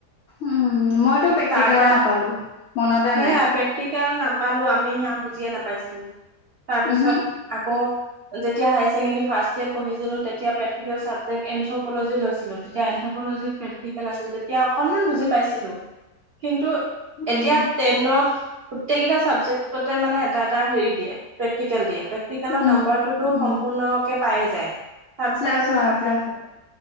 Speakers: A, on the left; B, on the right.
A: উম মইতো প্ৰেক্টিকলে
B: তাৰ পৰা
A: নাপালো মনতে
B: সেয়া
A: নাই,
B: প্ৰেক্টিকেল নাপালো আমি সেয়া বুজিয়ে নাপাইছিলো। তাৰপিছত
A: উহো
B: আকৌ যেতিয়া হায় ছেকেণ্ডাৰী ফাৰ্ষ্ট ইয়েৰ পঢ়িছিলো তেতিয়া প্ৰেক্টিকেল চাবজেক্ট এনথব কলৈ যে লৈছিলো তেত তিয়া এন্থপলজিত প্ৰেক্টিকেল আছিল তেতিয়া অকণমান বুজি পাইছ কিন্তু
A: উম
B: এতিয়া ট্ৰেইনত গোটেইকেইটা ছাবজেক্টতে মানে এটা এটা হেৰি দিয়ে প্ৰেক্টিকেল দিয়ে প্ৰেক্টিকৰ
A: উম
B: নাম্বাৰটোতো
A: উম
B: সম্পূৰ্ণ কে পায় যায় তাৰপিছত
A: প্লাছ
B: আৰু
A: হয়, প্লাছ হয়।